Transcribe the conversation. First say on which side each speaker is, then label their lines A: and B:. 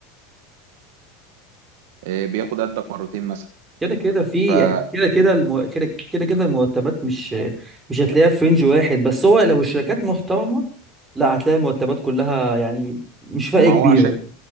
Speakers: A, on the right (about 70°); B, on the right (about 20°).
A: آه، بياخد قدك مرتين مثلا
B: كده كده في
A: فما
B: كده كده المو... كده كده كده المرتبات مش مش هتلاقيها في رينج واحد بس هو لو الشركات محترمة لا هتلاقي المرتبات كلها يعني مش فرق
A: هو
B: كبيرة
A: عشان